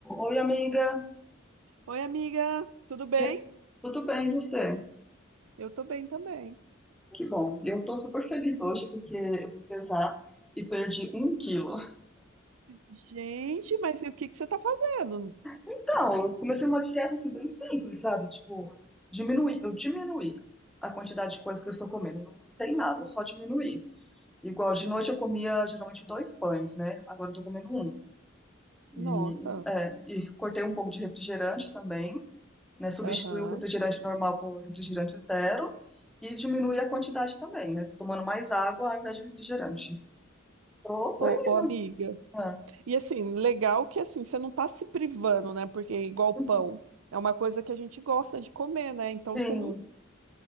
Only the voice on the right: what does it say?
Oi, amiga, tudo bem?
Eu tô bem também.
Gente, mas e o que que você tá fazendo?
Nossa,
aham.
Ô,
ô, amiga.
E assim, legal que assim, você não tá se privando, né? Porque é igual pão,
é uma coisa que a gente gosta de comer, né? Então
você não,